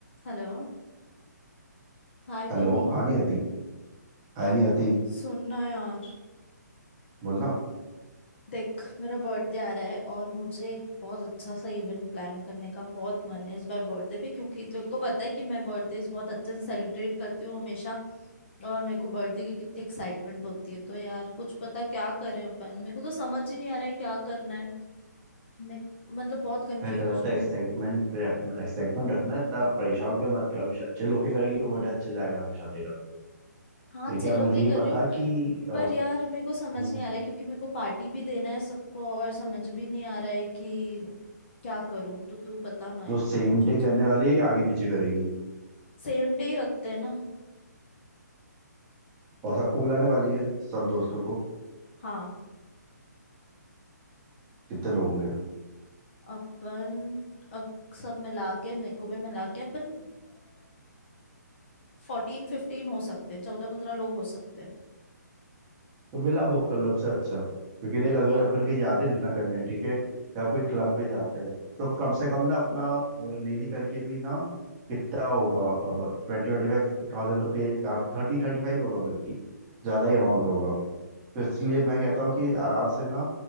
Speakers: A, on the left (about 40°); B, on the right (about 20°).
A: Hello Hi
B: Hello
A: बनी
B: हाँ नहीं आती
A: क्या
B: हाय नहीं आती
A: सुनना यार
B: बोलना
A: देख मेरा बर्थडे आ रहा है और मुझे एक बहुत अच्छा सा इवेंट प्लान करने का बहुत मन है इस बार बर्थडे पे क्योंकि तुझे को पता है कि मैं बर्थडे बहुत अच्छे से सेलिब्रेट करती हूँ हमेशा और मेरे को बर्थडे की कितनी एक्साइटमेंट होती है तो यार कुछ पता क्या करें अपन मेरे को तो समझ ही नहीं आ रहा है क्या करना है मैं मतलब बहुत कंफ्यूज
B: भाई पहले बात तो एक्साइटमेंट
A: हूँ
B: रखना एक्साइटमेंट रखना इतना परेशान होकर मत करो हमेशा अच्छे लोग के करेगी तो बर्थडे अच्छे जाएगा हमेशा तेरा
A: हाँ
B: देखिए
A: छह
B: आप
A: लोग
B: मुझे
A: ही
B: ये
A: कर
B: बता
A: रही हूँ
B: कि अ,
A: पर यार मेरे को समझ
B: हम्म,
A: नहीं आ रहा है क्योंकि मेरे को पार्टी भी देना है सबको और समझ भी नहीं आ रहा है कि क्या करूं तो तू बता ना
B: दोस्त
A: यार
B: सेम
A: कुछ अच्छा
B: डे करने वाली है या आगे पीछे करेगी
A: सेम डे ही रखते हैं ना
B: और सबको बुलाने वाली है सब दोस्तों को
A: हाँ
B: कितने लोग होंगे
A: अपन अ, सब मिला के मेको में मिला के अपन फोर्टीन फिफ्टीन हो सकते हैं चौदह पंद्रह लोग हो सकते हैं
B: तो बिला बुक क्लब से अच्छा क्योंकि देख अगर अपन कहीं
A: हम्म
B: जाते डिनर करने ठीक है या कोई क्लब में जाते हैं तो कम से कम ना अपना अ, नहीं नहीं करके भी ना कितना होगा ट्वेंटी ट्वेंटी फाइव थाउजेंड तो पे थर्टी थर्टी फाइव होगा बल्कि ज्यादा ही अमाउंट होगा तो इसलिए मैं कहता हूँ कि आराम से ना